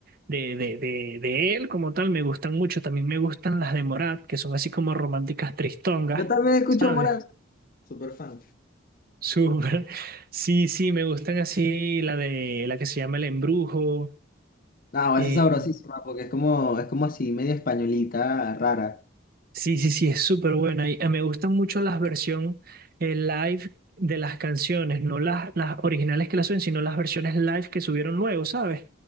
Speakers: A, on the right (about 50°); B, on the left (about 45°).
A: de, de, de, de él como tal, me gustan mucho. También me gustan las de Morat, que son así como románticas tristongas.
B: Yo también escucho
A: ¿Sabes?
B: Morat. Súper fan.
A: Súper. Sí, sí, me gustan así la de la que se llama El Embrujo.
B: No,
A: eh,
B: esa es sabrosísima porque es como, es como así, medio españolita, rara.
A: sí, sí, sí, es súper buena. Y, eh, me gustan mucho las versiones eh, live de las canciones, no las, las originales que las suben, sino las versiones live que subieron luego, ¿sabes?